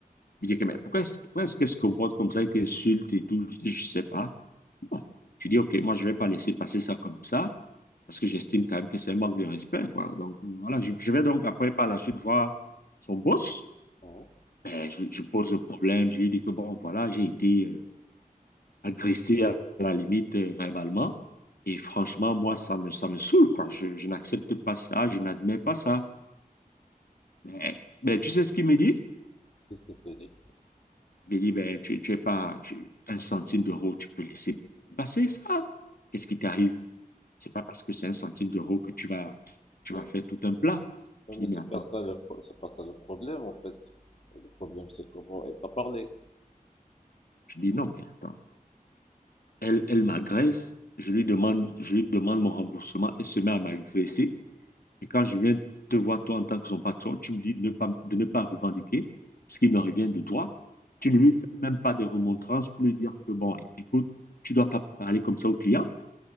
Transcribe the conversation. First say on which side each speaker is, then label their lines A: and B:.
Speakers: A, on the left; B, on the left.
A: Il dit, que, mais pourquoi est-ce, pourquoi est-ce qu'elle se comporte comme ça? Elle t'insulte et tout. Je dis, je ne sais pas. Bon, je dis, OK, moi, je ne vais pas laisser passer ça comme ça parce que j'estime quand même que c'est un manque de respect, quoi. Donc, euh, voilà, je, je vais donc après, par la suite, voir son boss.
B: Mhm.
A: Ben, je, je pose le problème. Je lui dis que, bon, voilà, j'ai été... euh, agressé à la limite euh, verbalement. Et franchement, moi, ça me, ça me saoule, quoi. Je, je n'accepte pas ça, je n'admets pas ça. Mais, mais tu sais ce qu'il me dit?
B: Qu'est-ce qu'il te dit?
A: Il me dit, ben, tu, tu es pas tu- un centime d'euro, tu peux laisser passer ça. Qu'est-ce qui t'arrive? C'est pas parce que c'est un centime d'euro que tu vas, tu
B: Oui,
A: vas faire tout un plat.
B: oui,
A: Je
B: mais
A: dis,
B: c'est
A: mais attends.
B: pas ça le, pro- c'est pas ça le problème, en fait. Le problème, c'est comment elle t'a parlé.
A: Je dis, non, mais attends. Elle, elle m'agresse, je lui demande, je lui demande mon remboursement, elle se met à m'agresser. Et quand je viens te voir, toi, en tant que son patron, tu me dis de ne pas, de ne pas revendiquer ce qui me revient de toi. Tu ne lui fais même pas de remontrances pour lui dire que, bon, écoute, tu ne dois pas parler comme ça aux clients.